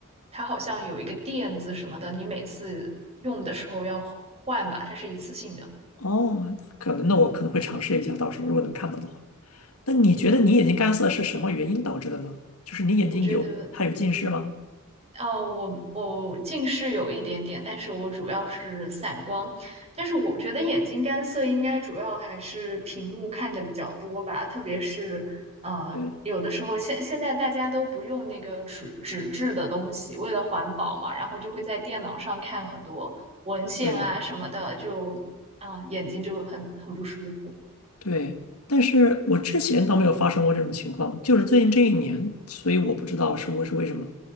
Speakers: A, on the right (about 30°); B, on the left (about 75°).
A: 它好像有一个垫子什么的，你每次用的时候要换吧，它是一次性的。
B: 哦，那可能那我可能会尝试一下，到时候如果能看到的话。那你觉得你眼睛干涩是什么原因导致的呢？就是你眼睛有它有近视吗？
A: 我觉得哦，我我近视有一点点，但是我主要是散光。但是我觉得眼睛干涩应该主要还是屏幕看的比较多吧，特别是呃，
B: 对，
A: 有的时候现现在大家都不用那个纸纸质的东西，为了环保嘛，然后就会在电脑上看很多文献啊什么的，
B: 对
A: 就啊、眼睛就很很不舒服。
B: 对，但是我之前倒没有发生过这种情况，就是最近这一年，所以我不知道是我是为什么。